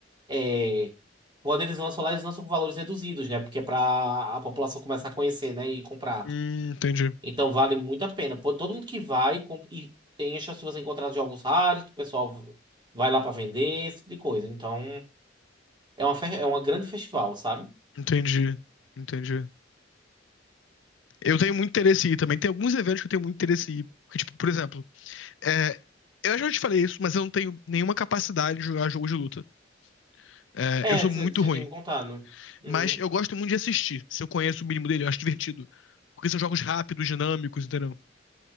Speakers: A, on the right; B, on the left.
A: É, quando eles lançam lá, eles lançam com valores reduzidos, né? Porque é pra a população começar a conhecer, né? E comprar.
B: Hum, entendi.
A: Então vale muito a pena. Pô, Todo mundo que vai com- e tem a chance de você encontrar jogos raros, que o pessoal vai lá pra vender, esse tipo de coisa. Então é uma, fe- é uma grande festival, sabe?
B: Entendi. Entendi. Eu tenho muito interesse em ir também. Tem alguns eventos que eu tenho muito interesse em ir. Porque, tipo, por exemplo, é, eu já te falei isso, mas eu não tenho nenhuma capacidade de jogar jogos de luta. É,
A: É,
B: eu sou
A: você
B: muito
A: tinha
B: ruim.
A: me contado. Uhum.
B: Mas eu gosto muito de assistir. Se eu conheço o mínimo dele, eu acho divertido. Porque são jogos rápidos, dinâmicos, entendeu?